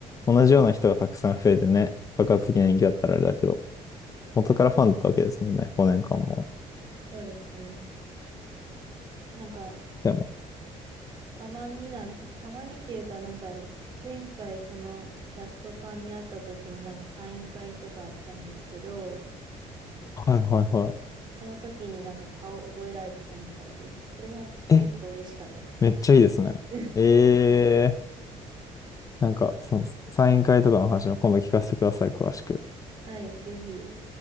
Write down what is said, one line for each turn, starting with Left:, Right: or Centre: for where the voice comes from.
Left: 同じような人がたくさん増えてね、爆発的な人気だったらあれだけど、元からファンだったわけですもんね、5年間も。
Right: そうですね。なんか
Left: でも、
Right: たまになん、たまにっていうか、なんか、前回そのキャストさんに会った時になんかサイン会とかあったんですけど、
Left: はいはいは
Right: その時になんか顔覚えられてたみたいで、それは結構嬉しかったですね。
Left: い。え、めっちゃいいですね。
Right: <laughs>
Left: えー、なんかそのサイン会とかの話の今度聞かせてください、詳しく。
Right: はい、ぜひ。